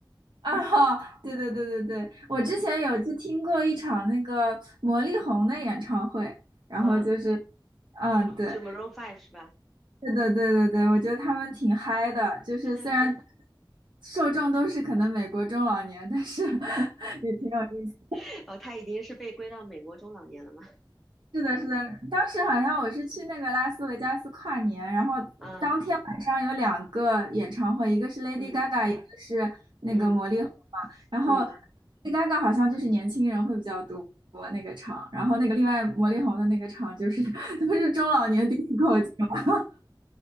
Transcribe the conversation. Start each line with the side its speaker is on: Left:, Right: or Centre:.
Right: 啊，哈，对对对对对，我之前有去听过一场那个魔力红的演唱会，然后就是，
Centre: 哦，
Right: 嗯，
Centre: 就就
Right: 对，
Centre: Maroon Five 是吧？
Right: 是的，对对对，我觉得他们挺嗨的，就是虽然
Centre: 对对对，
Right: 受众都是可能美国中老年，但是 <laughs> 也挺有意思。
Centre: <laughs> 哦，他已经是被归到美国中老年了嘛？
Right: 是的，是的，当时好像我是去那个拉斯维加斯跨年，然后当天晚上有两个演唱会，
Centre: 啊，
Right: 一个是 Lady
Centre: 嗯
Right: Gaga，一个是那个魔力红嘛。
Centre: 嗯
Right: 然后
Centre: 嗯，
Right: Lady Gaga 好像就是年轻人会比较多那个场，然后那个另外魔力红的那个场就是 <laughs> 都是中老年 disco 这种